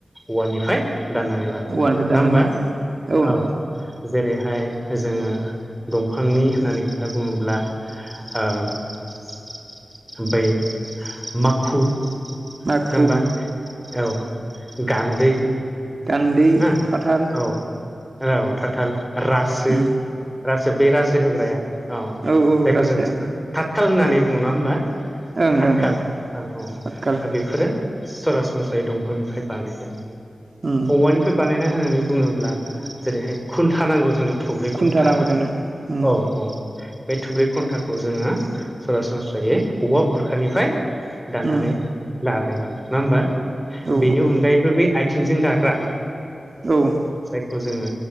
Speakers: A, in the centre; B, on the right (about 45°).
A: औवानिफ्राय दाननानै लाबोदों।
B: औवानिफ्राय
A: नङा
B: दाननानै
A: होमबा?
B: लानाय जायो नोंथां
A: औ जेरैहाय जोङो दंफांनि होननानै खोथा बुङोब्ला ओ बै माखु, नङा
B: माखु
A: होमबा? औ गान्दै,
B: गान्दै
A: हो
B: थाथाल
A: औ औ थाथाल, रा सो
B: उम
A: रासो बे रासो होग्राया अ
B: औ औ
A: जायखौ
B: रासोआ
A: जों थाथखाल होननानै बुङो नङा होमबा
B: ओं
A: थाथखाल
B: ओं ओं
A: औ औ
B: पातकाल
A: दा बेफोरो सरासनस्रायै दंफांनिफ्राय बानायनाय
B: ओ
A: औवानिफ्राय बानायनाय होननानै बुङोब्ला जेरैहाय खुन्था नांगौ जोंनो थब्रै
B: खुन्था
A: खुन्टा
B: नांगौ जोंनो उम
A: औ औ बे थब्रै खन्थाखौ जोङो सरासनस्रायै औवा बुरखानिफ्राय दाननानै
B: उम
A: लादों आरो नङा होमबा
B: औ
A: बेनि अनगायैबो बै आथिंजों गाग्रा
B: औ
A: जायखौ जोङो